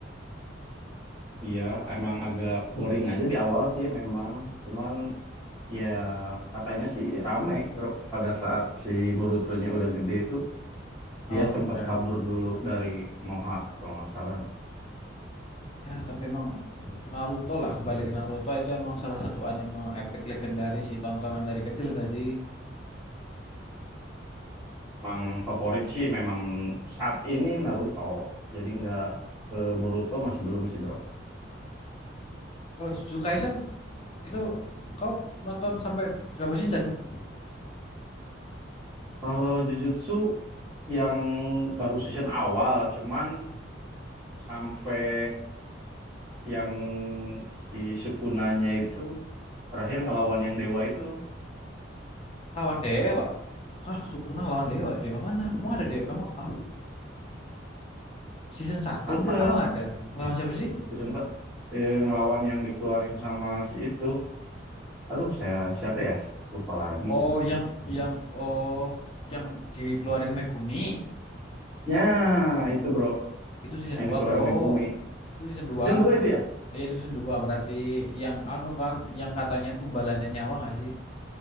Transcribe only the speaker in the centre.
Iya, emang agak boring aja di awal sih memang. Cuman ya katanya sih rame, Bro. Pada saat si Boruto-nya udah gede tuh,
dia sempat
kabur dulu dari Konoha kalau nggak salah deh.
Emang favorit sih memang saat ini Naruto. Jadi nggak ke Boruto masih belum sih bro.
Kalau Jujutsu yang baru season awal cuman sampai yang si Sukunanya itu terakhir ngelawan yang dewa itu
ada
season sa- eh, ngelawan yang dikeluarin sama si itu. Aduh saya siapa ya? Lupa lagi.
Ya itu bro
yang
dikeluarin
Megumi.
Season 2 itu ya?